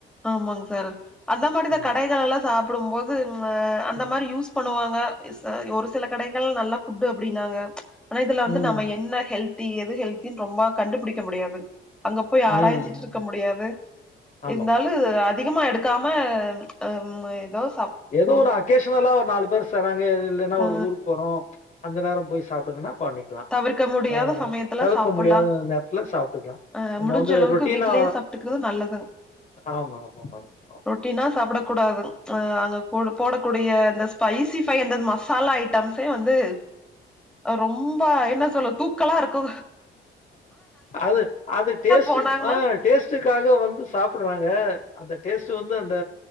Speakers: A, in the centre; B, on the left.
A: ஆமாங் சாரு அந்த மாரிதா
B: ம்,
A: கடைகளெல்லா சாப்டும் போது அ அந்த
B: ம்,
A: மாரி யூஸ் பண்ணுவாங்க இ சா ஒரு சில கடைகள் நல்ல ஃபுட்டு் அப்டின்னாங்க ஆனா இதுல
B: ம்,
A: வந்து நம்ம என்ன ஹெல்த் தி எது ஹெல்தின் ரொம்பலா கண்டுபிடிக்க முடியாது அங்க போய்
B: ம்,
A: ஆராய்ஞ்சிட்டு
B: ம்.
A: இருக்க முடியாது
B: ஆமாமா.
A: இருந்தாலு அதிகமா எடுக்காம ம் ஏதோ சாப்
B: ஏதோ
A: ம்
B: ஒரு அகேஷனலா ஒரு நாலு பேர் சறராங்க இல்லைன்னா
A: அ
B: ஒரு ஊருக்கு போறோம் அந்த நேரம் போய் சாப்பிடுங்கன்னா பண்ணிக்கலா
A: தவிர்க்க முடியாத
B: ஆ
A: சமயத்துல
B: தவிர்க்க
A: சாப்புட்லா
B: முடியாத நேரத்துல சாப்ட்டுக்கலா
A: அ
B: நம்ம
A: முடிஞ்ச
B: வந்து
A: அளவுக்கு
B: ரொட்டீனா
A: வீட்லயே சாப்ட்டுக்கிறது நல்லதுங்
B: ஆமா ஆமா மேடம் ஆ
A: ரொட்டீனா சாப்டக் கூடாது அங்க போடக்கூடிய அந்த ஸ்பைசி பை அந்தது மசாலா ஐட்டம்ஸ் வந்து ரொம்ப என்ன சொல்லு தூக்கலா இருக்கு
B: அது அது டேஸ்ட்
A: போனாங்கன்னா
B: ஆ டேஸ்ட்டுக்காக வந்து சாப்படுறாங்க அந்த டேஸ்ட்டு வந்து அந்த